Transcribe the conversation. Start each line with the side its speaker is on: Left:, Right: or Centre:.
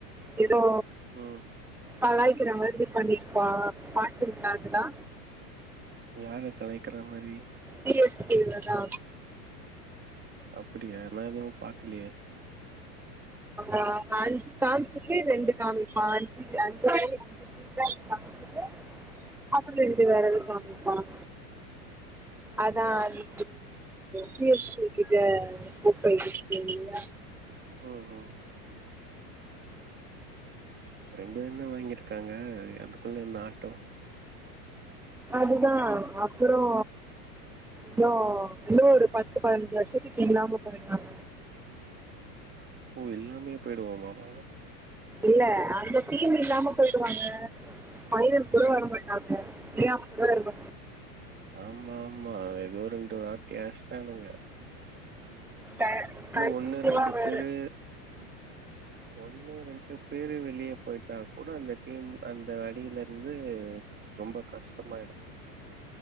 Centre: ஏதோ
Right: ம்
Centre: கலாய்கிற மாரி பண்ணிருப்பான் பாகிஸ்தானுதா
Right: யார கலாக்கிற மாரி
Centre: சி எஸ் கே வ தா
Right: அப்டியா எல்லா நாளும் பாக்கலையே
Centre: ஆ அஞ்சு காம்ச்சிட்டு ரெண்டு காமிப்பான் அஞ்சு அஞ்சு ஆஞ்சு இதுதான் காமிச்சிட்டு அப்புள எழுதி வேறெது காமிப்பானா அதான்
Right: ஓ
Centre: அது சி எஸ் கே கிட்ட உப்பயகிஹ்யா
Right: ம் ம் ரெண்டு எண்ண வாங்கிருக்காங்க அதுக்குள்ள என்ன ஆட்டவும்
Centre: அதுதான் அப்பறோ ப்ரோ இன்னும் ஒரு பத்து பதினஞ்சு வருஷத்துக்கு இல்லாம போய்டுவாங்
Right: ஓ எல்லாமே போயிடுவோம்மா மா
Centre: இல்ல அந்த டீம் இல்லாம போய்டுவாங்க மைதன் கூட வர மாட்டாங்க பிரியாம கூட வ
Right: ஆமாம்மா ஏதோ ரெண்டு வாட்டியும் அடிச்சுட்டானுங்க
Centre: ட கன்டிநியூவா
Right: ஒண்ணு ரெண்டு
Centre: வேற
Right: பேரு ஒண்ணு ரெண்டு பேரு வெளியே போயிட்டா கூட அந்த டீம் அந்த வடியில இருந்து ரொம்ப கஷ்டமா ஆயிடு